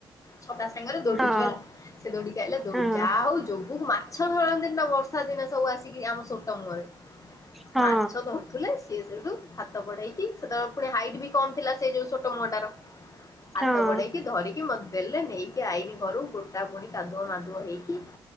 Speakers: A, on the left; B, in the centre.
A: ଛତା ସାଙ୍ଗରେ ଦୌଡିଚୁ
B: ହଁ
A: ହେଲା। ସେ ଦୌଡିକି ଆଇଲା,
B: ହଁ
A: ଯାହା ହଉ ଯୋଗୁକୁ ମାଛ ଧରନ୍ତି ନା ବର୍ଷ ର୍ଷା ଦିନ ସବୁ ଆସିକି ଆମ ସୋଟ ମୁହଁରେ
B: ହଁ
A: ମାଛ ଧରୁଥିଲେ ସିଏ ସେଇଠୁ, ହାତ ବଢେଇକି ସେତେବେଳେ ପୁଣି ହାଇଟ୍ ବି କମ୍ ଥିଲା, ସେ ଯୋଉ ସୋ ଟ ମୁହଁ ଟାର। ହାତ
B: ହଁ।
A: ବଢେଇକି ଧରିକି ମତେ ଦେଲେ, ନେଇକି ଆଇନି ଘରୁ ଗୋଟା ପୁଣି କାଧୁଅ ମାଦୁଅ ହେଇକି